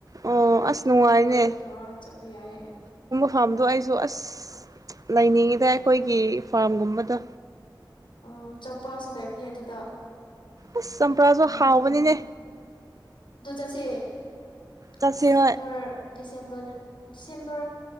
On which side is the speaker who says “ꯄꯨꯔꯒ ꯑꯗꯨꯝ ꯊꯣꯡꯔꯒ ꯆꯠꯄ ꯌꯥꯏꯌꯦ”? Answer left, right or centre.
Left